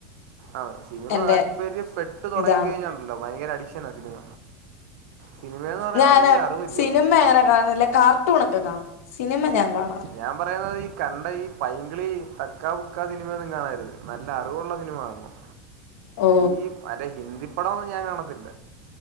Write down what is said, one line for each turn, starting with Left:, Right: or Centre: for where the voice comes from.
Right: ആഹ സിനിമ
Left: എന്റെ
Right: താല്പര്യ പെട്ടു തുടങ്ങിക്കഴിഞ്ഞാലുണ്ടല്ലോ
Left: ഇതാണ്
Right: ഭയങ്കര അഡിക്ഷനാ സിനിമ സിനിമേന്ന് പറയുന്നത്
Left: ഞാന്
Right: ഭയങ്കര അറിവല്ലോ
Left: <unintelligible> കാണുന്നില്ല കാർ കാർട്ടൂണൊക്കെ കാണും സിനിമ ഞാൻ കാണത്തില്ല
Right: ഞാൻ പറയുന്നത് ഈ കണ്ട ഈ പൈങ്ക്‌ളി തക്കാബുക്ക സിനിമയൊന്നും കാണരുത് നല്ല അറിവുള്ള സിനിമ കാണണം.
Left: ഓ
Right: ഈ മറ്റെ ഹിന്ദി പടംന്നും ഞാൻ കാണത്തില്ല